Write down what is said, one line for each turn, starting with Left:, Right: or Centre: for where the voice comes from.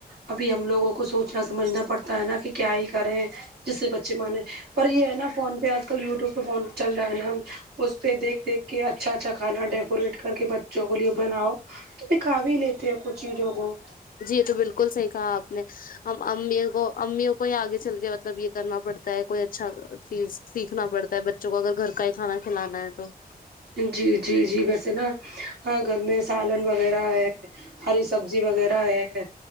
Right: ابھی ہم لوگوں کو سوچنا سمجھنا پڑتا ہے نا کہ کیا ہی کریں جس سے بچے مانے پر یہ ہے نا فون پہ آج کل یوٹیوب پہ فون چل رہا ہے نا اس پہ دیکھ دیکھ کے اچھا اچھا اچھا کھانا ڈیکوریٹ کر کے بچوں کو لیے بناؤ تو بھی کھابھی لیتے ہیں کچھ چیزوں کو
Left: جی یہ تو بالکل صحیح کہا آپ نے ہم امی کو امیوں کو ہی آگے چل کے مطلب یہ کرنا پڑتا ہے کوئی اچھا چیز سیکھنا پڑتا بچوں کو اگر گھر کا ہی کھانا کھلانا ہے تو
Right: جی جی جی ویسے نا ہاں گھر میں سالن وغیرہ ہے ہری سبزی وغیرہ ہے